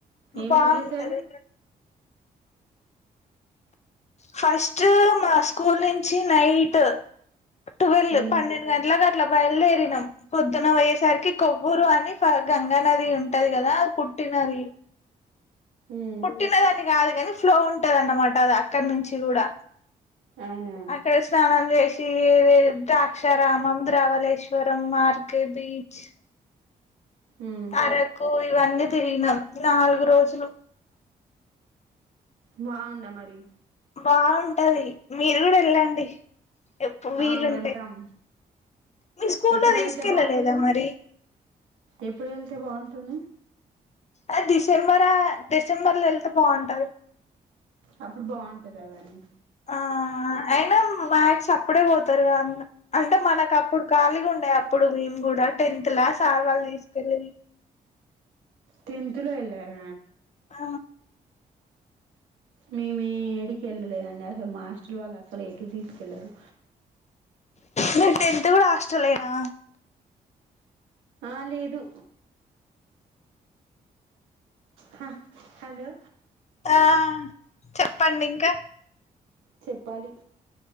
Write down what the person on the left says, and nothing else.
బాగుంటది
ఫస్ట్ మా స్కూల్ నుంచి నైట్ టువెల్
పన్నెండు గంటలకు అట్లా బయలుదేరినాం. పొద్దున పొయ్యేసరికి కొవ్వూరు అని గంగా నది ఉంటది కదా అది పుట్టినది.
పుట్టినదని కాదు అని ఫ్లో ఉంటది అన్నమాట అది అక్కడ నుంచి కూడా
అక్కడ స్నానం చేసి ఈ ద్రాక్షారామం ద్రవళేశ్వరం మార్కే బీచ్
అరకు ఇవందద్ తిరిగిన నాలుగు రోజులు
బాగుంటది మీరు కూడా వెళ్ళండి. ఎప్పు వీలుంటే
మీ స్కూల్లో
తీసుకెళ్ళలేదా
మరి
ఆ డిసెంబర్ డిసెంబర్ లో వెళ్తే బాగుంటది.
ఆ అయినా మ్యాథ్స్ అప్పుడే పోతారు కద అన్న అంటే మనకు అప్పుడు ఖాళీగా ఉండేయి. అప్పుడు మేం కూడా టెన్త్ లా సార్వాళ్ళు తీసుకెళ్ళిన్రు.
ఆ
మీరు టెన్త్ కూడా హాస్టలేనా
ఆ చెప్పండి ఇంకా